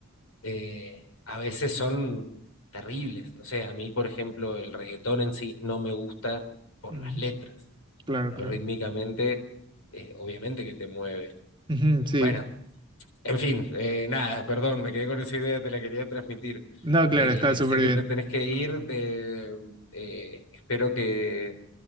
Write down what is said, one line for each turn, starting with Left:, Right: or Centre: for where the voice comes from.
Left: eh, a veces son terribles. No sé, a mí, por ejemplo, el reggaetón en sí no me gusta por
Right: Ujú.
Left: las letras.
Right: Claro,
Left: Pero
Right: claro.
Left: rítmicamente, eh, obviamente que te mueve.
Right: Ujú, sí.
Left: Bueno, en fin, eh, nada, perdón, me quedé con esa idea, te la quería transmitir.
Right: No,
Left: Eh,
Right: claro, está súper
Left: sé que
Right: bien.
Left: te tenés que ir, te, eh, espero que